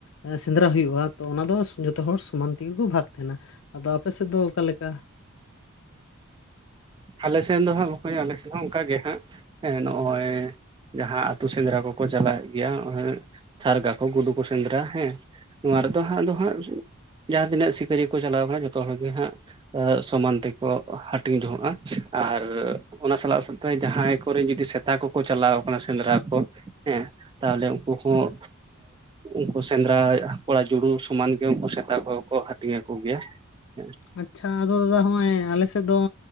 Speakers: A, on the left; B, on the right.
A: ᱟᱸ ᱥᱮᱸᱫᱽᱨᱟ ᱦᱩᱭᱩᱜᱼᱟ ᱛᱚ ᱚᱱᱟ ᱫᱚ ᱡᱚᱛᱚ ᱦᱚᱲ ᱥᱚᱢᱟᱱ ᱛᱮᱜᱮ ᱠᱚ ᱵᱷᱟᱜᱽ ᱛᱷᱮᱱᱟ᱾ ᱟᱫᱚ ᱟᱯᱮ ᱥᱮᱫ ᱫᱚ ᱚᱠᱟᱞᱮᱠᱟ᱾
B: ᱟᱞᱮ ᱥᱮᱱ ᱫᱚ ᱦᱟᱸᱜ ᱵᱟᱠᱚ ᱟᱞᱮ ᱥᱮᱫ ᱦᱚᱸ ᱚᱱᱠᱟᱜ ᱜᱮ ᱦᱟᱸᱜ ᱱᱚᱜᱼᱚᱭ᱾ ᱡᱟᱦᱟᱸ ᱟᱹᱛᱩ ᱥᱮᱸᱫᱽᱨᱟ ᱠᱚᱠᱚ ᱪᱟᱞᱟᱣᱮᱫ ᱜᱮᱭᱟ ᱥᱟᱨᱜᱟ ᱠᱚ ᱜᱩᱰᱩ ᱠᱚ ᱥᱮᱸᱫᱽᱨᱟ ᱦᱮᱸ᱾ ᱱᱚᱣᱟ ᱨᱮᱫᱚ ᱦᱟᱸᱜ ᱟᱫᱚ ᱦᱟᱸᱜ᱾ ᱡᱟᱦᱟᱸ ᱛᱤᱱᱟᱹᱜ ᱥᱤᱯᱟᱹᱨᱤᱭᱟᱹ ᱠᱚ ᱪᱟᱞᱟᱣ ᱟᱠᱟᱱᱟ ᱡᱚᱛᱚ ᱦᱚᱲᱜ ᱜᱮ ᱦᱟᱸᱜ ᱥᱚᱢᱟᱱ ᱛᱮᱠᱚ ᱦᱟᱹᱴᱤᱧ ᱡᱚᱦᱚᱜᱼᱟ᱾ ᱟᱨ ᱚᱱᱟ ᱥᱟᱞᱟᱜ ᱥᱟᱶᱛᱮ ᱡᱟᱦᱟᱸᱭ ᱠᱚᱨᱮ ᱡᱫᱤ ᱥᱮᱛᱟ ᱠᱚᱠᱚ ᱪᱟᱞᱟᱣ ᱠᱟᱱᱟ ᱥᱮᱸᱫᱽᱨᱟ ᱠᱚ᱾ ᱦᱮᱸ ᱛᱟᱦᱞᱮ ᱩᱱᱠᱩ ᱦᱚᱸ᱾ ᱩᱱᱠᱩ ᱥᱮᱸᱫᱽᱨᱟ ᱠᱚᱲᱟ ᱡᱩᱲᱩ ᱥᱚᱢᱟᱱ ᱜᱮ ᱩᱱᱠᱩ ᱥᱮᱛᱟ ᱠᱚ ᱠᱚ ᱦᱟᱹᱴᱤᱧ ᱟᱠᱚ ᱜᱮᱭᱟ ᱦᱮᱸ᱾
A: ᱟᱪᱪᱷᱟ ᱟᱫᱚ ᱫᱟᱫᱟ ᱦᱚᱸᱜᱼᱚᱭ ᱟᱞᱮ ᱥᱮᱫ ᱫᱚ